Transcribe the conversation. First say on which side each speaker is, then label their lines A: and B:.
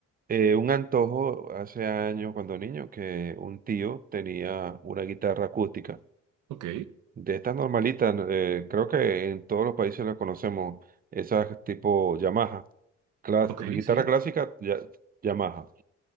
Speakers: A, on the right; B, on the right.
A: eh, un antojo hace años cuando niño que un tío tenía una guitarra acústica.
B: Ok,
A: De estas normalitas, eh, creo que en todos los países las conocemos, esas tipo Yamaha, clas-
B: ok,
A: guitarra
B: sí.
A: clásica, ya- Yamaha.